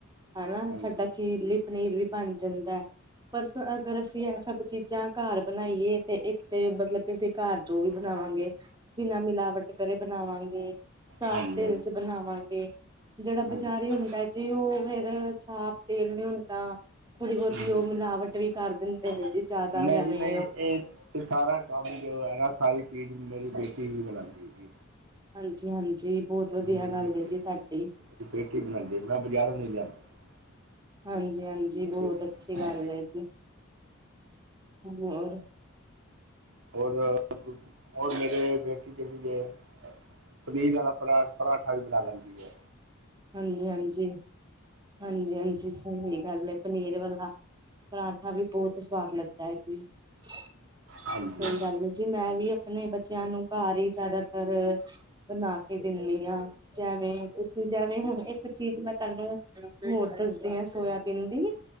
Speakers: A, on the right; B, on the right.
A: ਹਨਾ,
B: ਹਾਂਜੀ
A: ਸਾਡਾ ਚੀਰਲੀ ਪਨੀਰ ਵੀ ਬਣ ਜਾਂਦਾ ਹੈ। ਬਸ ਅਗਰ ਅਸੀਂ ਇਹ ਸਭ ਚੀਜ਼ਾਂ, ਘਰ ਬਣਾਈਏ ਤੇ ਇੱਕ ਤੇ ਮਤਲਬ ਅਸੀ ਘਰ ਜੋ ਵੀ
B: ਹਾਂਜੀ
A: ਬਣਾਵਾਂਗੇ, ਬਿਨਾਂ ਮਿਲਾਵਟ ਕਰੇ ਬਣਾਵਾਂਗੇ ਸਾਫ਼
B: ਹਾਂਜੀ
A: ਤੇਲ ਚ ਆਵਾਂਗੇ। ਜਿਹੜਾ ਬਜ਼ਾਰੀ
B: ਹਾਂਜੀ
A: ਹੁੰਦਾ ਜੀ, ਉਹ ਫੇਰ ਸਾਫ ਤੇਲ ਨਹੀਂ ਹੁੰਦਾ ਥੋੜੀ ਬਹੁਤੀ
B: ਹੂੰ
A: ਉਹ ਮਿਲਾਵਟ ਵੀ ਕਰ ਦਿੰਦੇ ਨੇ ਜੀ ਜ਼ਿਆਦਾ।
B: ਨਹੀਂ
A: ਜਿਵੇਂ
B: ਜੀ ਨਹੀਂ ਇਹ ਤੇ ਸਾਰਾ ਕੰਮ ਜੋ ਹੈ ਨਾ, ਸਾਰੀ ਚੀਜ਼ ਮੇਰੀ ਬੇਟੀ ਵੀ ਬਣਾਂਦੀ ਜੀ।
A: ਹਾਂਜੀ- ਹਾਂਜੀ। ਬਹੁਤ ਵਧੀਆ
B: ਮੇਰੀ
A: ਗੱਲ
B: ਬੇਟੀ,
A: ਹੈ ਜੀ ਤੁਹਾਡੀ
B: ਮੇਰੀ ਬੇਟੀ ਹੀ ਬਣਾਉਂਦੀ ਹੈ। ਮੈਂ ਬਜ਼ਾਰੋਂ ਨੀ ਲਿਆਂਦਾ। ਜੀ
A: ਹਾਂਜੀ- ਹਾਂਜੀ
B: ਮੇਰੀ
A: ਬਹੁਤ
B: ਬੇਟੀ ਬਣਾਉਂਦੀ
A: ਅੱਛੀ ਗੱਲ ਹੈ ਜੀ, ਹੋਰ?
B: ਹੋਰ -ਹੋਰ ਮੇਰੇ ਬੇਟੀ ਜਿਹੜੀ ਏ। ਪਨੀਰ ਵਾਲਾ ਪਰਾਂਠ, ਪਰਾਂਠਾ ਵੀ ਬਣਾ ਲੈਂਦੀ ਆ।
A: ਹਾਂਜੀ -ਹਾਂਜੀ, ਹਾਂਜੀ -ਹਾਂਜੀ ਸਹੀ ਗੱਲ ਹੈ ਪਨੀਰ ਵਾਲਾ ਪਰਾਂਠਾ ਵੀ ਬਹੁਤ ਸਵਾਦ ਲੱਗਦਾ ਹੈ ਜੀ, ਸਹੀ
B: ਹਾਂਜੀ
A: ਗੱਲ ਏ। ਜੇ ਮੈਂ ਵੀ ਆਪਣੇ ਬੱਚਿਆਂ ਨੂੰ ਘਰ ਹੀ, ਜਿਆਦਾਤਰ ਬਣਾ ਕੇ ਦਿੰਨੀ ਹਾਂ। ਜਿਵੇਂ ਤੁਸੀਂ ਜਿਵੇਂ ਹੁਣ ਇੱਕ ਚੀਜ਼ ਮਤ ਤਾਨੂੰ ਹੋਰ ਦੱਸਦੀ ਆ ਸੋਇਬੀਨ ਦੀ,